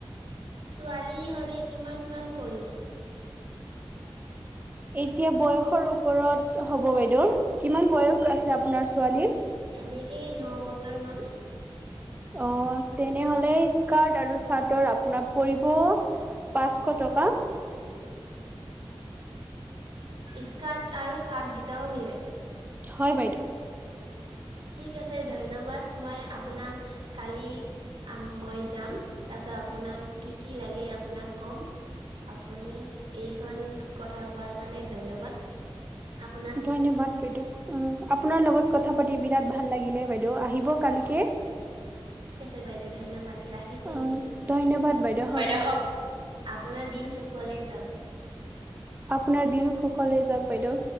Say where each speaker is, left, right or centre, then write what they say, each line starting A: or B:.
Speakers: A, on the right; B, on the right.
A: <inaudible>
B: এতিয়া বয়সৰ ওপৰত হ'ব বাইদেউ কিমান বয়স আছে আপোনাৰ ছোৱালীৰ
A: এনেকেই ন বছৰমান
B: অঁ তেনেহ'লে স্কাৰ্ট আৰু চাৰ্টৰ আপোনাৰ পৰিব পাঁচশ টকা।
A: স্কাৰ্ট আৰু চাৰ্ট দুটাও মিলে।
B: হয় বাইদেউ।
A: ঠিক আছে ধন্যবাদ মই আপোনাক কালি মই যাম তাৰপিছত আপোনাক কি কি লাগে আপোনাক ক'ম আপুনি এইখন কথা কোৱাৰ কাৰণে ধন্যবাদ আপোনাক
B: ধন্যবাদ বদ উম! আপোনাৰ লগত কথা পাতি বিৰাট ভাল লাগিলে বাইদেউ আহিব কালিকে।
A: আ বাইদউ ধন্যবাদ ৰাখিছো
B: উম
A: এতিয়া
B: ধন্যবাদ বাইদেউ
A: বাই
B: হ'ব
A: আপোনাৰ দিন সুখলে যাও
B: আপোনাৰ দিনো সুখলে যাওক বাইদেউ।